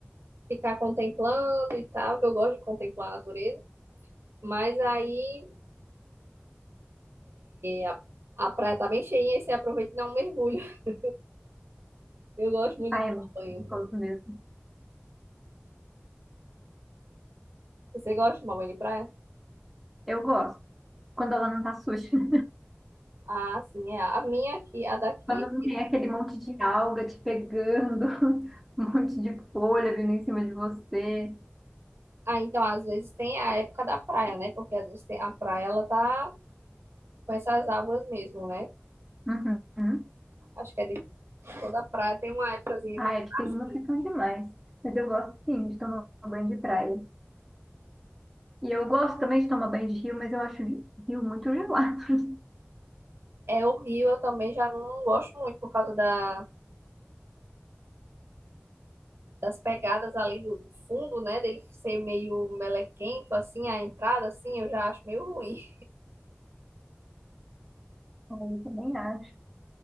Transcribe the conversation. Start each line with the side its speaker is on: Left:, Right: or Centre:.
Right: ficar contemplando e tal, que eu gosto de contemplar a natureza. Mas aí é, a, a praia tá bem cheinha e você aproveita e dá um mergulho. <laughs> Eu gosto muito
Centre: Ah,
Right: de
Centre: é gostoso
Right: tomar banho.
Centre: mesmo.
Right: Você gosta de tomar banho de praia?
Centre: Eu gosto, quando ela não tá suja, <laughs>
Right: Ah, sim, é. A minha aqui, a daqui.
Centre: quando não tem aquele monte de alga te pegando, <laughs> um monte de folha vindo em cima de você.
Right: Ah, então às vezes tem a época da praia, né? Porque às vezes tem, a praia ela tá com essas águas mesmo, né?
Centre: Uhum.
Right: Acho que é de toda praia tem uma épocazinha
Centre: Ah,
Right: que é
Centre: é que tem
Right: horrível.
Centre: umas que são demais. Mas eu gosto sim de tomar banho de praia. E eu gosto também de tomar banho de rio, mas eu acho de- rio muito gelado. <laughs>
Right: É, o eu também já não gosto muito por causa da, das pegadas ali do, do fundo, né? Dele ser meio melequento, assim, a entrada, assim, eu já acho meio ruim.
Centre: Ah, Eu também acho.